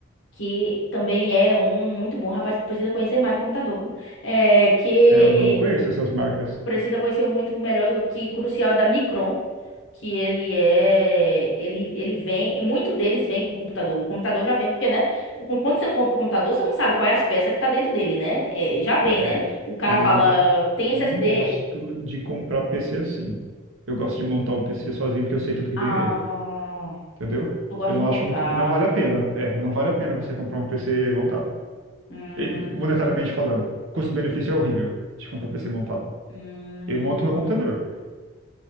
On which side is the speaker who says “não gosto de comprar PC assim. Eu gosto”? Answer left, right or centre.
Right